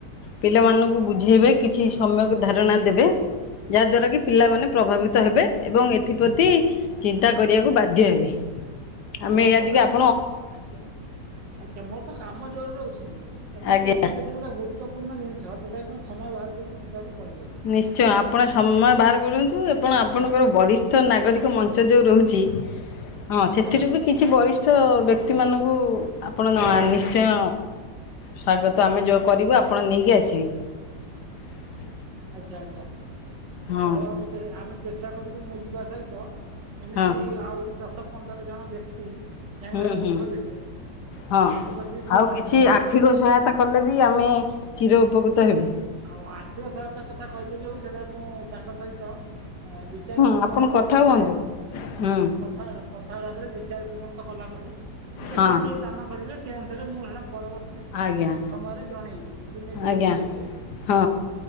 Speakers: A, on the left; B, on the right.
A: ପିଲାମାନଙ୍କୁ ବୁଝେଇବେ କିଛି ସମ୍ୟକ ଧାରଣା ଦେବେ ଯାହାଦଵାରାକ ପିଲାମାନେ ପ୍ରଭାବିତ ହେବେ ଏବଂ ଏଥିପ୍ରତି ଚିନ୍ତା କରିବାକୁ ବାଧ୍ୟ ହେବେ। ଆମେ
B: ମୋର
A: ଏୟା
B: ତ
A: ଟିକେ
B: କାମ
A: ଆପ
B: ଆଚ୍ଛା ଆଚ୍ଛା ମୋର ତ କାମ ଜୋରରେ ରହୁଛି। ତଥାପି
A: ଆଜ୍ଞା।
B: ଏଟ ଯଦି ଗୋଟା ଗୁରୁତ୍ୱପୂର୍ଣ୍ଣ ଜିନିଷ ତଥାପି ସମୟ ବାହାର କରିିକ ଯିବାକୁ ପଡ଼ିବ
A: ନିଶ୍ଚୟ ଆପଣ ସମୟ ବାହାର କରଛନ୍ତି। ତୁ ଆପଣ ଆପଣଙ୍କର ବରିଷ୍ଠ ନାଗରିକ ମଞ୍ଚ ଯେଉଁ ରହୁଛି। ହଁ
B: ଆଚ୍ଛା
A: ସେଥିରୁ ବି କିଛି ବରିଷ୍ଠ ବ୍ୟକ୍ତି ମାନଙ୍କୁ ଆପଣ ନିଶ୍ଚୟ ସ୍ୱାଗତ ତ ଆମେ ଯେଉଁ କରିବୁ ଆପଣ ନେଇକି ଆସିବେ।
B: ଆଚ୍ଛା ଆଚ୍ଛା
A: ହଁ
B: ହଉ ଆମେ ଆମେ ଚେଷ୍ଟା ଚେଷ୍ଟା କରିବୁ ମୁଁ ଯିବା ସହିତ ଏମିତି
A: ହଁ
B: ଆହୁରି ଦଶ ପନ୍ଦର ଜଣ ବ୍ୟକ୍ତି ଯାଇକି
A: ହୁଁ
B: ସେଠି
A: ହୁଁ
B: ଯୋଗ ଦେବେ
A: ହଁ
B: ସେଥିପ୍ରତି ମୁଁ
A: ଆଉ କିଛି ଆର୍ଥିକ ସହାୟତା କଲେ ବି ଆମେ ଚିର ଉପକୃତ ହେବୁ।
B: ଆଉ ଆର୍ଥିକ ସହାୟତା କଥା କହିଲେ ଯୋଉ ସେଟ ମୁଁ ତାଙ୍କ ସହିତ ବିଚାର
A: ହଁ
B: ବିମର୍ଶ
A: ଆପଣ କଥା
B: କଲା
A: ହୁଅନ୍ତୁ।
B: ପରେ କନ୍
A: ହୁଁ
B: କଥା କଥାବାର୍ତ୍ତା ହେଲା ପରେ ବିଚାର ବିମର୍ କଲା ପରେ କେତେ
A: ହଁ
B: କିଏ ଦାନ କରିବେ ସେଆନ୍ଦରେ ମୁ ହେରାପ ପରବର୍ତ୍ତୀ
A: ଆଜ୍ଞା
B: ସମୟରେ ଜଣେଇବି ଦିନେ ଦୁଇଦିନ
A: ଆଜ୍ଞା
B: ଭିତରେ
A: ହଁ